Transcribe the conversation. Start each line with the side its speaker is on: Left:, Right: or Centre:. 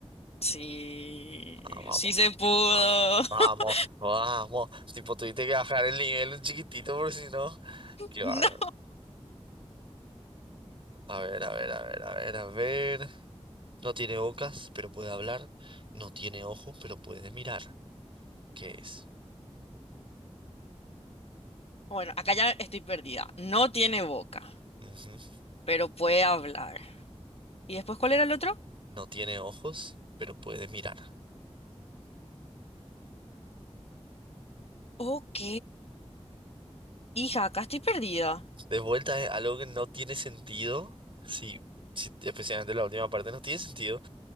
Left: Sí,
Right: Ah, vamos.
Left: sí se pudo.
Right: Ah, Vamos,
Left: <laughs>
Right: vamos. Tipo, tuviste que bajar el nivel un chiquitito, porque si no. Qué
Left: No.
Right: bárbaro. A ver, a ver, a ver, a ver, a ver. No tiene bocas, pero puede hablar. No tiene ojos, pero puede mirar. ¿Qué es?
Left: Bueno, acá ya estoy perdida. No tiene boca,
Right: Ujú.
Left: pero puede hablar. ¿Y después cuál era el otro?
Right: No tiene ojos, pero puede mirar.
Left: Ok. Hija, acá estoy perdida.
Right: De vuelta es algo que no tiene sentido. Sí, sí, especialmente la última parte no tiene sentido.